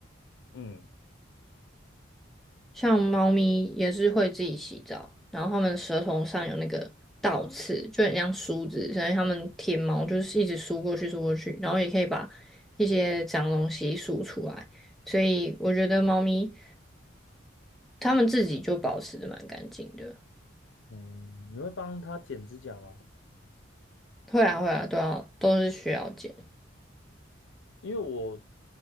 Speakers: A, on the left; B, in the centre.
A: 嗯
B: 像猫咪也是会自己洗澡，然后它们舌头上有那个倒刺，就很像梳子，所以它们舔毛就是一直梳过去梳过去，然后也可以把一些脏东西梳出来。所以我觉得猫咪它们自己就保持的蛮干净的。
A: 嗯，你会帮它剪指甲吗？
B: 会啊会啊，都要都是需要剪。
A: 因为我